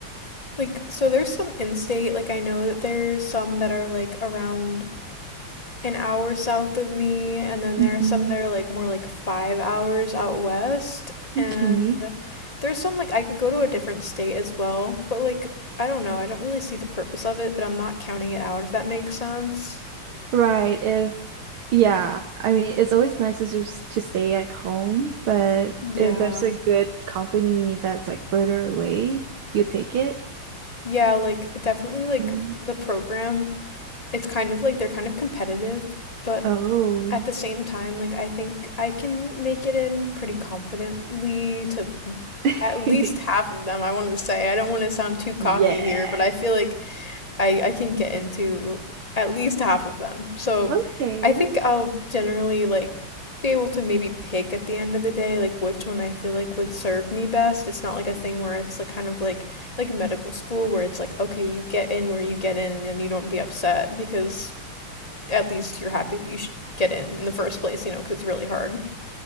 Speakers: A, on the left; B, on the right.
A: Like, so there's some in state, like, I know that there's some that are like around an hour south of me, and then
B: Mhm.
A: there are some that are like more like five hours out west. And
B: Okay.
A: there's some like I could go to a different state as well, but like I don't know, I don't really see the purpose of it, but I'm not counting it out if that makes sense.
B: Right, if yeah, I mean, it's always nicer to s- to stay at home, but
A: Yeah.
B: if there's a good company that's like further away, you take it.
A: Yeah, like definitely like
B: Mm.
A: the program, it's kind of like they're kind of competitive, but
B: Oh.
A: at the same time, like I think I can make it in pretty confidently to
B: <laughs>
A: at least half of them, I want to say. I don't want to sound too cocky
B: Yeah.
A: here, but I feel like I I can get into at least half of them. So
B: Okay.
A: I think I'll generally like be able to maybe pick at the end of the day like which one I feel like would serve me best. It's not like a thing where it's like kind of like like medical school where it's like okay, you get in where you get in and then you don't be upset because at least you're happy that you should get in in the first place, you know, because it's really hard.